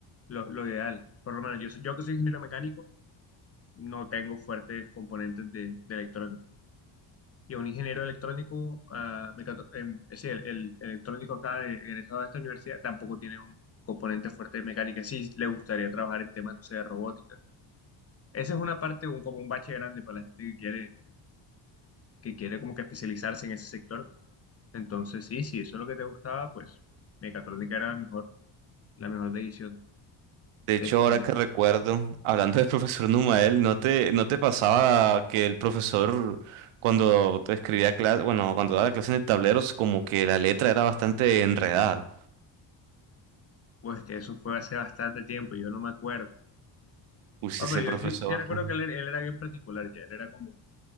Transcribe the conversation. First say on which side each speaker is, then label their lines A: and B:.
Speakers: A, on the left; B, on the right.
A: lo, lo ideal. Por lo menos yo, soy- yo que soy ingeniero mecánico, no tengo fuertes componentes de, de electrónica. Y a un ingeniero electrónico, ah, mecato- em, es decir, el, el electrónico acá de- egresado de esta universidad tampoco tiene un componente fuerte de mecánica. Sí, le gustaría trabajar en temas, no sé, de robótica. Esa es una parte, un, como un bache grande para la gente que quiere, que quiere como que especializarse en ese sector. Entonces, sí, si eso es lo que te gustaba, pues mecatrónica era la mejor, la mejor decisión.
B: De
A: Este,
B: hecho, ahora que recuerdo, hablando del <laughs> profesor Numael, ¿no te, no te pasaba que el profesor, cuando te escribía clase, bueno, cuando daba clase en el tablero, es como que la letra era bastante enredada?
A: pues que eso fue hace bastante tiempo, yo no me acuerdo.
B: Uy, sí,
A: Ah,
B: ese
A: pero yo
B: profesor.
A: sí, sí recuerdo
B: ¿no?
A: que él, él era bien particular ya, él era como,